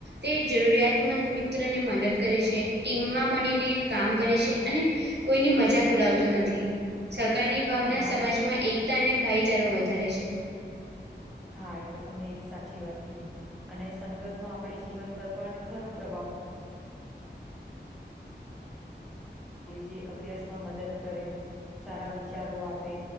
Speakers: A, on the right (about 65°); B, in the centre.
A: તે જરૂરિયાતમંદ મિત મત્રને મદદ કરે છે ટીમમાં મળીને કામ કરે છે અને કોઈની મજાક ઉડાવતો નથી સરકારની ભાવના
B: હા
A: સમાજમાં એકતા અને ભાઈચારો વધારે છે.
B: હા એ તો ત મેં સાચી વાત કીધી અને સંગત નો આપડી જીવન પર પણ ઘણો પ્રભાવ જે અભ્યાસમાં મદદ કરે સારા વિચારો આપે